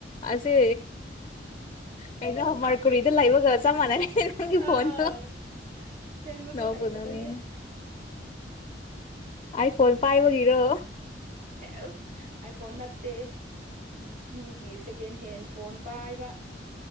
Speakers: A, on the left (about 30°); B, on the right (about 50°).
A: ꯑꯁꯦ ꯀꯩꯅꯣ ꯃꯥꯔꯀꯨꯔꯤꯗ ꯂꯩꯕꯒ ꯆꯞ ꯃꯥꯟꯅꯔꯦ ꯅꯪꯒꯤ ꯐꯣꯟꯗꯣ
B: ꯑꯥ ꯁꯦꯝꯕꯁꯨ
A: ꯅꯣꯛꯄꯨ
B: ꯍꯩꯇꯕꯩꯅꯦ
A: ꯅꯣꯛꯅꯤꯡꯉꯦ ꯑꯥꯏꯐꯣꯟ ꯄꯥꯏꯕꯒꯤꯔꯣ
B: ꯍꯦꯁ ꯑꯥꯏ ꯐꯣꯟ ꯅꯠꯇꯦ ꯃꯤꯒꯤ ꯁꯦꯀꯦꯟ ꯍꯦꯟ ꯐꯣꯟ ꯄꯥꯏꯕ